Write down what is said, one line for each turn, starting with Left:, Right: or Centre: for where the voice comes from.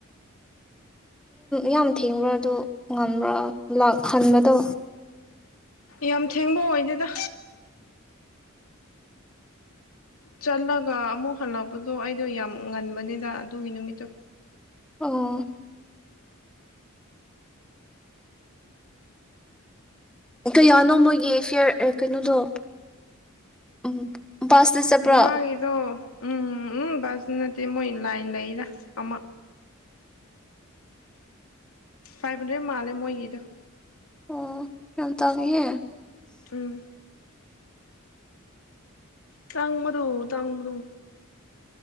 Centre: ꯌꯥꯝ ꯊꯦꯡꯕ꯭ꯔꯥ ꯑꯗꯨ ꯉꯟꯕ꯭ꯔꯥ ꯂꯥꯛ ꯍꯟꯕꯗꯣ
Left: ꯌꯥꯝ ꯊꯦꯡꯕ ꯑꯣꯏꯗꯦꯗ ꯆꯠꯂꯒ ꯑꯃꯨꯛ ꯍꯜꯂꯛꯄꯗꯣ ꯑꯩꯗꯣ ꯌꯥꯝ ꯉꯟꯕꯅꯤꯗ ꯑꯗꯨꯒꯤ ꯅꯨꯃꯤꯠꯇꯣ
Centre: ꯑꯣ ꯀꯩꯌꯥꯅꯣ ꯃꯣꯏꯒꯤ ꯐꯤꯌꯔ ꯀꯩꯅꯣꯗꯣ ꯎꯝ ꯕꯥꯁꯇ ꯆꯠꯄ꯭ꯔꯥ
Left: ꯏꯃ ꯑꯩꯗꯣ ꯎꯝꯝ ꯎꯝ ꯕꯨꯁꯇꯥ ꯅꯠꯇꯦ ꯃꯣꯏ ꯂꯥꯏꯟ ꯂꯩꯗ ꯑꯃ ꯐꯥꯏꯚ ꯍꯟꯗ꯭ꯔꯦꯗ ꯃꯥꯜꯂꯦ ꯃꯣꯏꯒꯤꯗꯣ
Centre: ꯑꯣ ꯌꯥꯝ ꯇꯥꯡꯉꯦꯍꯦ
Left: ꯎꯝ ꯇꯥꯡ ꯃꯗꯨ ꯇꯥꯡ ꯃꯗꯨ